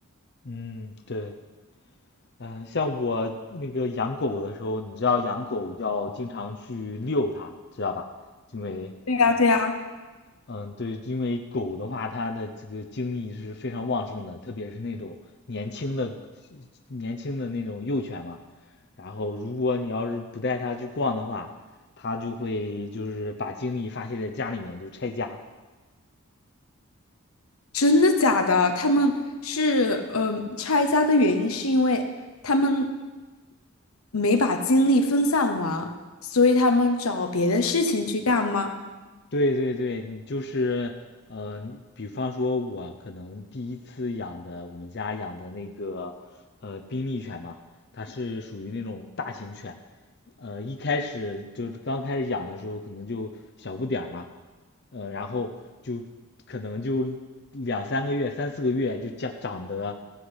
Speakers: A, on the left; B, on the left.
A: 嗯，对，嗯、像我那个养狗的时候，你知道养狗要经常去遛它，知道吧？因为，
B: 对呀，对呀。
A: 嗯，对，因为狗的话，它的这个精力是非常旺盛的，特别是那种年轻的年轻的那种幼犬嘛，然后如果你要是不带它去逛的话，它就会就是把精力发泄在家里面，就拆家，
B: 真的假的？他们是嗯呃拆家的原因是因为他们没把精力分散完，所以他们找别的事情去干吗？
A: 对对对，你就是，呃，比方说，我可能第一次养的，我们家养的那个，呃，宾利犬嘛，它是属于那种大型犬，呃，一开始就是刚开始养的时候，可能就小不点儿嘛，呃，然后就可能就两三个月、三四个月就长长得